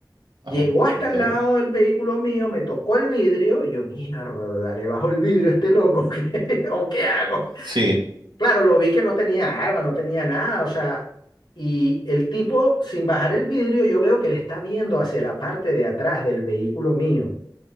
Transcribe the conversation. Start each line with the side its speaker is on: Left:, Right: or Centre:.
Left: llegó
Right: Oh,
Left: hasta
Right: ok.
Left: el lado del vehículo mío, me tocó el vidrio, y yo, mierda, le bajo el vidrio a este loco, <laughs> ¿qué- ¿o qué hago?
Right: Sí,
Left: Claro, lo vi que no tenía arma, no tenía nada, o sea, y el tipo, sin bajar el vidrio, yo veo que le está viendo hacia la parte de atrás del vehículo mío.